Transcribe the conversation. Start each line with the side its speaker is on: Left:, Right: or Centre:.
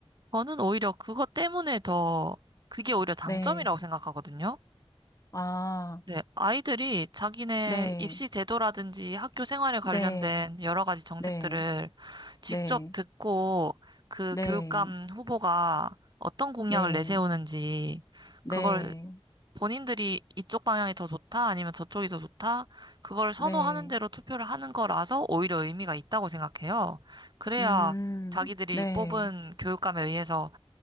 Right: 저는 오히려 그것 때문에 더, 그게 오히려 장점이라고
Left: 네.
Right: 생각하거든요.
Left: 아,
Right: 네, 아이들이 자기네
Left: 네.
Right: 입시 제도라든지 학교 생활에 관련된
Left: 네.
Right: 여러 가지 정책들을
Left: 네.
Right: 직접
Left: 네.
Right: 듣고 그
Left: 네.
Right: 교육감 후보가 어떤 공약을
Left: 네.
Right: 내세우는지
Left: 네.
Right: 그걸 본인들이 이쪽 방향이 더 좋다 아니면 저쪽이 더 좋다 그걸 선호하는
Left: 네.
Right: 대로 투표를 하는 거라서 오히려 의미가 있다고 생각해요. 그래야
Left: 음.
Right: 자기들이
Left: 네.
Right: 뽑은 교육감에 의해서